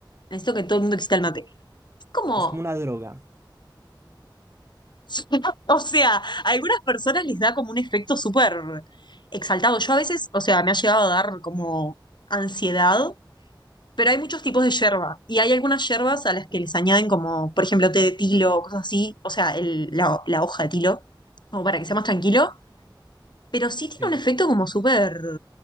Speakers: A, on the left; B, on the right.
A: necesito que todo el mundo exista el mate. Es como,
B: Es como una droga.
A: <laughs> o sea, a algunas personas les da como un efecto súper exaltado. Yo a veces, o sea, me ha llegado a dar como ansiedad, pero hay muchos tipos de yerba y hay algunas yerbas a las que les añaden como, por ejemplo, té de tilo o cosas así, o sea, el- la, la hoja de tilo, como para que sea más tranquilo, pero sí tiene
B: Sí.
A: un efecto como súper.